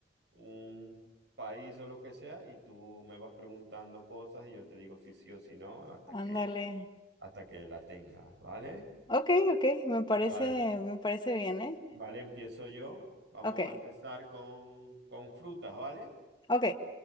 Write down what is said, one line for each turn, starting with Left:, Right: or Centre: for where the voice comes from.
Right: un país o lo que sea y tú me vas preguntando cosas y yo te digo si sí o si no hasta que,
Left: ándale.
Right: hasta que la tengas, ¿vale?
Left: Ok, ok, me parece,
Right: Vale,
Left: me parece bien, ¿eh?
Right: vale, empiezo yo. Vamos
Left: Ok,
Right: a empezar con, con frutas, ¿vale?
Left: ok,